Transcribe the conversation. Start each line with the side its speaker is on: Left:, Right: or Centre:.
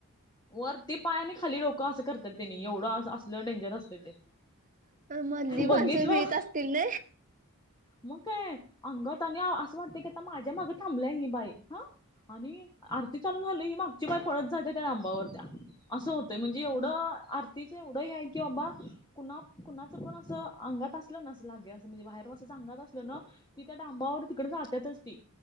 Left: वरती पाय नाही खाली लोकं असं करतात त्यांनी एवढं. असलं डेंजर असत ते
Right: मधली
Left: बघितलं.
Right: माणसं भीत असतील ना
Left: मग काय अंगात आणि असं वाटत की आता माझ्या माग थांबलं ही बाई हा. आणि आरती चालू झाली ही मागची बाई पळत जात्या डाब. वर त्या असं होतय म्हणजे एवढं
Right: हम्म
Left: आरतीच एवढं ह आहे की बाबा. कुणा कुणाचं पण असं अंगात असलं ना असं लागे असं म्हणजे बाहेरसच अंगात अस. न ती त्या डांबावर तिकडे जातात असती.